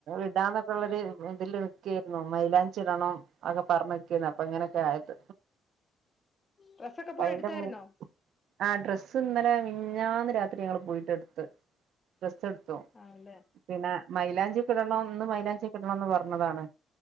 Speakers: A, on the right; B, on the left.
A: ഇടാന്നൊക്കെയുള്ളരു ഇതില് നിക്കാരുന്നു മൈലാഞ്ചിടണം. അതൊക്കെ പറഞ്ഞിക്കേന്നു അപ്പൊ ഇങ്ങനെ ആയത്
B: ഡ്രസ്സൊക്കെ പോയി
A: അയിന്റെ
B: എടുത്തായിരുന്നോ
A: മൂ ആഹ് ഡ്രസ്സ് ഇന്നലെ മിനിഞ്ഞാന്ന് രാത്രി ഞങ്ങള് പോയിട്ട് എടുത്ത് ഡ്രസ്സ് എടുത്തു.
B: ആഹ് അല്ലെ
A: പിന്നെ മലാഞ്ചിക്കിടണോം ഇന്ന് മൈലാഞ്ചിക്കടണോന്ന് പറഞ്ഞതാണ്.